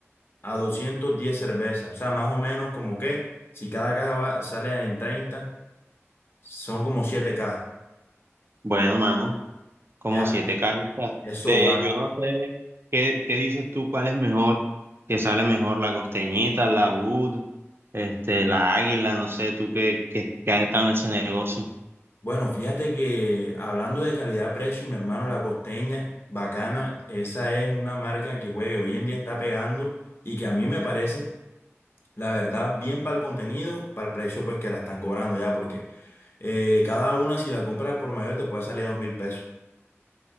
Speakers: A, on the left; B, on the right.
A: a 210 cervezas. O sea, más o menos como que, si cada caja va- sale en treinta son como 7 cajas.
B: Bueno, mano, como
A: Ya,
B: siete cajas.
A: eso
B: De,
A: va.
B: yo no sé, ¿qué, qué dices tú? ¿Cuál es mejor? ¿Qué sale mejor? ¿La costeñita, la Bud, este, la águila? No sé, tú qué, qué, qué has estado en ese negocio.
A: Bueno, fíjate que hablando de calidad-precio, mi hermano, la Costeña, bacana, esa es una marca que, güey, hoy en día está pegando y que a mí me parece La verdad, bien para el contenido, para el precio pues que la están cobrando ya, porque eh, cada una si la compras al por mayor te puede salir a dos mil pesos.